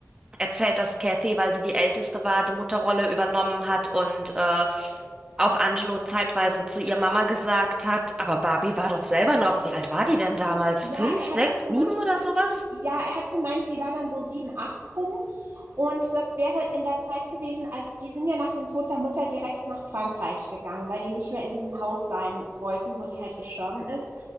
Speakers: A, on the right (about 20°); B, on the right (about 75°).
A: erzählt, dass Kathy, weil sie die Älteste war, die Mutterrolle übernommen hat und äh, auch Angelo zeitweise zu ihr Mama gesagt hat, aber Barbie war doch selber noch, wie alt war die denn damals?
B: Ja,
A: Fünf,
B: er
A: sechs,
B: hat auch gemacht.
A: sieben oder sowas?
B: Ja, er hat gemeint, sie war dann so sieben, acht rum. Und das wäre in der Zeit gewesen, als die sind ja nach dem Tod der Mutter direkt nach Frankreich gegangen, weil die nicht mehr in diesem Haus sein wollten, wo die halt gestorben ist.